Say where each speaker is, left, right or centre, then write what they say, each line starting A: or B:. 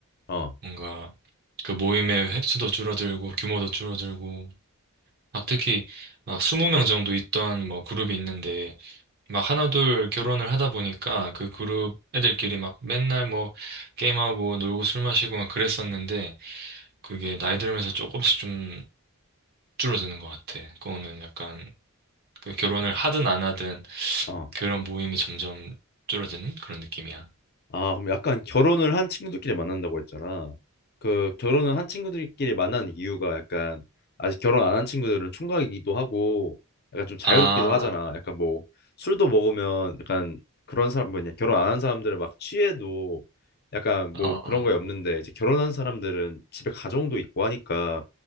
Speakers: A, on the left (about 45°); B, on the right (about 45°).
A: 어.
B: 뭔가 그 모임의 횟수도 줄어들고 규모도 줄어들고 막 특히 막 20명 정도 있던 뭐 그룹이 있는데 막 하나둘 결혼을 하다 보니까 그 그룹 애들끼리 막 맨날 뭐 게임하고 놀고 술 마시고 막 그랬었는데 그게 나이 들면서 조금씩 좀 줄어드는 것 같아. 그거는 약간 그 결혼을 하든 안 하든
A: 어.
B: 그런 모임이 점점 줄어드는 그런 느낌이야.
A: 아, 그럼 약간 결혼을 한 친구들끼리 만난다고 했잖아. 그 결혼을 한 친구들끼리 만나는 이유가 약간 아직 결혼 안 한 친구들은 총각이기도 하고 약간 좀 자유롭기도
B: 아,
A: 하잖아. 약간 뭐 술도 먹으면 약간 그런 사람 뭐냐 결혼 안 한 사람들은 막 취해도 약간 뭐
B: 어,
A: 그런
B: 어.
A: 거에 없는데 이제 결혼한 사람들은 집에 가정도 있고 하니까